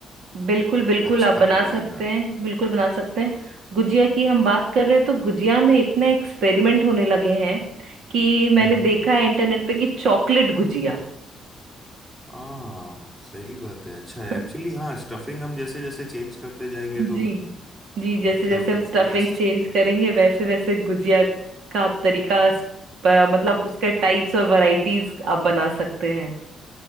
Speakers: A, on the right; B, on the right.
A: बिल्कुल बिल्कुल
B: अच्छा
A: आप बना
B: हो जाएगा
A: सकते हैं बिल्कुल बना सकते हैं गुजिया की हम बात कर रहे हैं तो गुजिया में इतने एक्सपेरिमेंट होने लगे हैं कि मैंने
B: हम्म हम्म
A: देखा है इंटरनेट पे कि चॉकलेट गुजिया
B: आ सही बात है अच्छा है
A: <laughs>
B: एक्चुअली हाँ स्टफिंग हम जैसे जैसे चेंज करते जाएंगे
A: जी
B: तो
A: जी जैसे
B: मतलब
A: जैसे हम स्टफिंग
B: मैं
A: चेंज करेंगे वैसे वैसे गुजिया का आप तरीका स- प- मतलब उसके टाइप्स और वैरायटीज आप बना सकते हैं